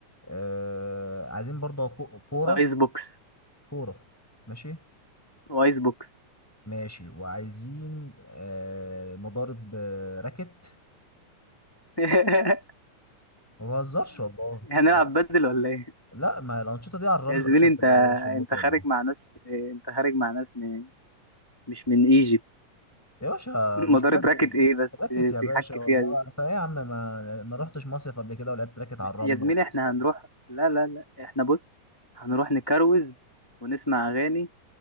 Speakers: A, in the centre; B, on the left (about 20°).
A: آه عايزين برضه كو- كوره
B: ايس بوكس
A: كوره ماشي
B: وايس بوكس
A: ماشي وعايزين آه مضارب آه راكت
B: <laughs>
A: ما بهزرش والله
B: هنلعب
A: لا
B: بدل ولا ايه
A: لا ما هي الانشطه دي على الرمله
B: يا زميلي
A: يا باشا بتبقى
B: انت
A: روشه موت
B: انت
A: والله
B: خارج مع ناس انت خارج مع ناس من مش من ايجي
A: يا باشا
B: مدار
A: مش بدل
B: براكت ايه بس
A: راكت يا باشا
B: تحكي
A: والله
B: فيها دي
A: انت ايه يا عم ما ما رحتش مصيف قبل كده ولعبت راكت على الرمله
B: يا زميلي
A: والقصه
B: احنا
A: دي
B: هنروح لا لا لا احنا بص هنروح نكروز ونسمع اغاني